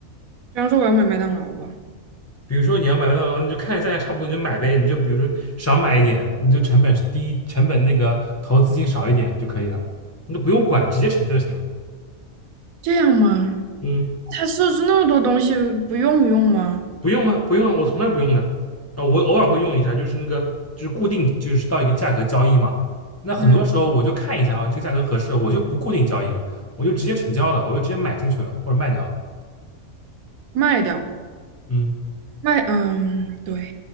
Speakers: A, on the right (about 85°); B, on the left (about 20°).
A: 方说我要买麦当劳吧，
B: 比如说你要买麦当劳，你就看着价钱差不多，你就买呗。你就比如说少买一点，你就成本低，成本那个投资金少一点就可以了，你都不用管，直接成就行了。
A: 这样吗？
B: 嗯
A: 他设置那么多东西不用用吗？
B: 不用啊，不用啊，我从来不用的。啊，我偶尔会用一下，就是那个，就是固定，就是到一个价格交易嘛。那很多时候我就看一下啊，
A: 嗯，
B: 这个价格合适，我就不固定交易了，我就直接成交了，我就直接买进去了或者卖掉了。
A: 卖掉
B: 嗯，
A: 卖，嗯，对